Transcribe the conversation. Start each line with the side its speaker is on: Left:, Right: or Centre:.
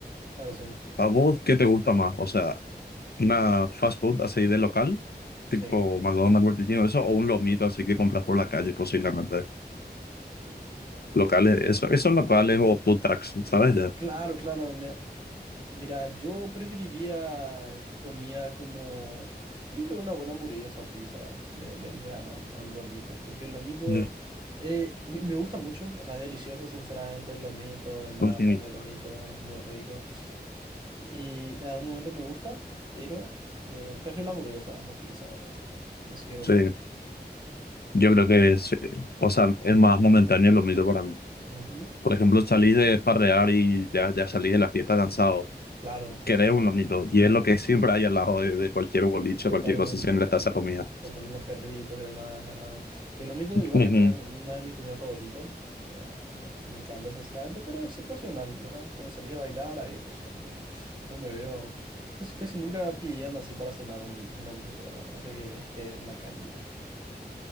Right: claro, sí,
Left: ¿A vos qué te gusta más? O sea, una fast food así de local, tipo
Right: sí.
Left: McDonald's, Burger King, o eso, o un lomito así que compras por la calle, posiblemente. Locales, eso, esos locales o food trucks, ¿sabes? De-
Right: Claro, claro, mira, mira, yo preferiría comida como, yo creo que una buena hamburguesa o pizza le, le, le gana a un, a un lomito, porque el lomito
Left: de-
Right: eh, me, me gusta mucho, o sea, es delicioso, sinceramente, el lomito, de masa,
Left: de- Sí,
Right: de lomito, es muy rico. Y en algún momento me gusta, pero eh, prefiero la hamburguesa o pizza o algo así. No sé qué opinas.
Left: sí. yo creo que sí. O sea, es más momentáneo el lomito para mí.
Right: Ujú.
Left: Por ejemplo, salís de farrear y ya, ya salís de la fiesta cansado.
Right: Claro,
Left: Querés
Right: Eh, exactamente.
Left: un lomito, y es lo que siempre hay al lado de, de cualquier boliche,
Right: Totalmente.
Left: cualquier cosa, siempre
Right: ¿no?
Left: está esa comida.
Right: Se ponen los carritos y demás. ¿verdad? Que lo mito
Left: <laughs>
Right: igual es una, una de mis comidas favoritas. o sea, me, me encanta, sinceramente, pero situacional, ¿verdad? Cuando salís a bailar, ahí recién, ¿verdad? No me veo. Casi, casi nunca pidiendo así para cenar un, un lomito, ¿verdad? A No sé que esté en la calle ya.